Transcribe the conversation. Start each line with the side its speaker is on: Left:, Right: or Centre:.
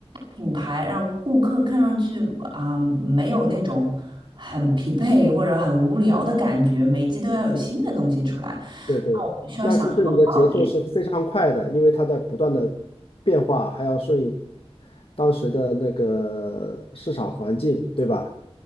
Right: 品牌让顾客看上去啊、没有那种很疲惫或者很无聊的感觉，每季都要有新的东西出来，
Left: 对对，
Right: 那我们需要想很多爆点。
Left: 那就是你的节奏是非常快的，因为它在不断的变化，还要顺应当时的那个市场环境，对吧？